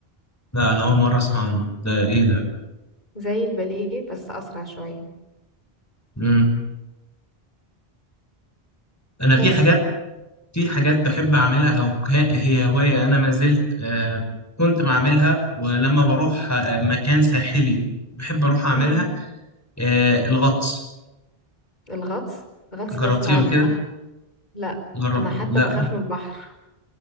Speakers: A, on the left; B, on the left.
A: لا انا اول مره اسمع عن ده ايه ده
B: زي الباليه بس اسرع شوية
A: مم. انا
B: بس
A: في حاجات في حاجات بحب أعملها أو ك- هي هواية أنا ما زلت آه، كنت بعملها ولما بروح آه، مكان ساحلي بحب أروح أعملها
B: مهم.
A: آه، الغطس
B: الغطس الغطس
A: جربتيه
B: ده صعب
A: قبل كده؟
B: صح لا
A: جرب
B: انا حتى
A: لا
B: بخاف من البحر